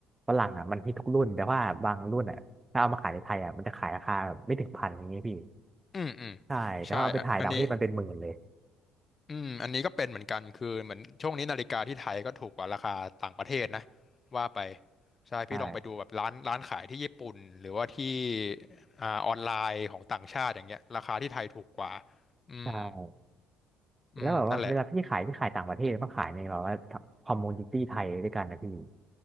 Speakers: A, on the right; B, on the left.
A: ฝรั่งอ่ะมันฮิตทุกรุ่นแต่ว่าบางรุ่นอ่ะถ้าเอามาขายในไทยอ่ะมันจะขายราคาแบบไม่ถึงพันอย่างเงี้ยพี่
B: อืมอืม
A: ใช่แต่ว่าเอาไปขายต่างประเทศมันเป็นหมื่นเลย
B: ใช่อะอันนี้ อืมอันนี้ก็เป็นเหมือนกันคือเหมือนช่วงนี้นาฬิกาที่ไทยก็ถูกกว่าราคาต่างประเทศนะว่าไปใช่พี่ลองไปดูแบบร้านร้านขายที่ญี่ปุ่นหรือว่าที่
A: ใช่
B: อ่าออนไลน์ของต่างชาติอย่างเงี้ยราคาที่ไทยถูกกว่าอืม
A: ใช่
B: อืมนั่นแหละ
A: แล้วแบบว่าเวลาพี่ขายพี่ขายต่างประเทศก็ขายในแบบว่าคอมมูนิตี้ไทยด้วยกันนะพี่